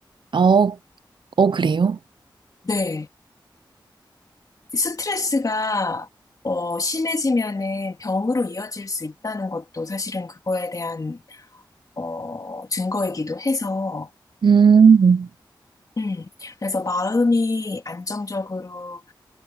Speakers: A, on the right; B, on the left.
A: 어, 어, 그래요?
B: 네. 스트레스가 어, 심해지면은 병으로 이어질 수 있다는 것도 사실은 그거에 대한 어, 증거이기도 해서
A: 음,
B: 음, 그래서 마음이 안정적으로